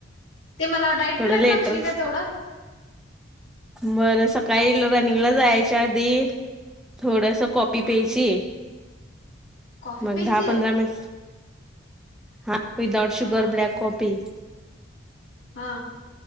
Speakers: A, on the left (about 70°); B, in the centre.
A: ते मला डाईट
B: थोडं
A: प्लॅन
B: लेटर
A: सांगशील का तेवढं?
B: बरं सकाळी रनिंगला जायच्या आधी थोडस कॉपी
A: हा
B: प्यायची
A: कॉफी
B: मग
A: प्यायची
B: दहा पंधरा
A: आहे.
B: मिनट हा विदाउट शुगर
A: हा
B: ब्लॅक कॉफी
A: हा.